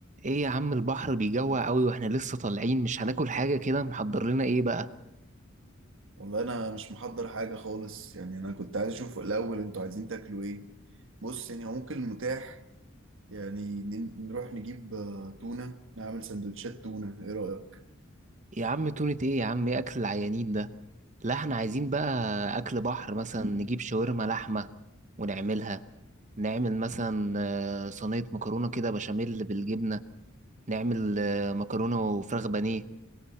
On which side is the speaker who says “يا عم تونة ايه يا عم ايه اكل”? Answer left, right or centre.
Right